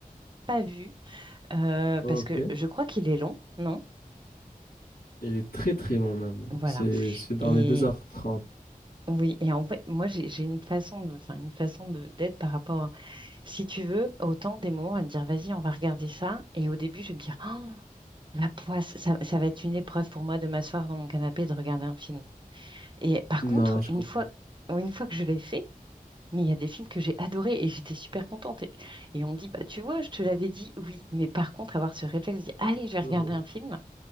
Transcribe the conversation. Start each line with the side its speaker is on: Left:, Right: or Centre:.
Right: pas vu euh,
Left: ok.
Right: parce que je crois qu'il est long, non?
Left: Il est très très long même.
Right: Voilà.
Left: C'est c'est dans
Right: Et
Left: les deux heures trente,
Right: oui, et en fait, moi j'ai j'ai une façon de, enfin une façon de d'être par rapport, à- si tu veux, autant des moments à me dire vas-y, on va regarder ça. Et au début, je vais me dire ah, la poisse, ça, ça va être une épreuve pour moi de m'asseoir dans mon canapé et de regarder un film. Et par
Left: Non,
Right: contre,
Left: je
Right: une
Left: comprends.
Right: fois, une fois que je l'ai fait Mais il y a des films que j'ai adorés et j'étais super contente. Et, et on me dit, bah, tu vois, je te l'avais dit, oui. Mais par contre, avoir ce réflexe, de dire, allez, je vais
Left: <laughs>
Right: regarder un film,